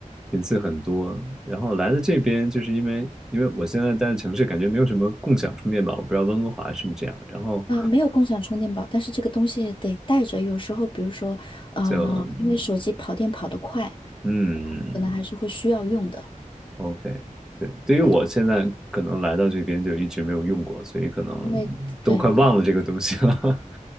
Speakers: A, in the centre; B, on the left (about 40°).
A: 频次很多，然后来了这边就是因为因为我现在待的城市感觉没有什么共享充电宝，我不知道温哥华是不是这样，然后
B: 啊、没有共享充电宝，但是这个东西得带着，有时候比如说，呃，
A: 就
B: 因为手机跑电跑得快，
A: 嗯
B: 可能还是会需要用的。
A: ，OK，对，对于我现在可能来到这边就一直没有用过，
B: 对，
A: 所以可能都快忘了这个东西了，
B: 因为对，因为
A: <laughs>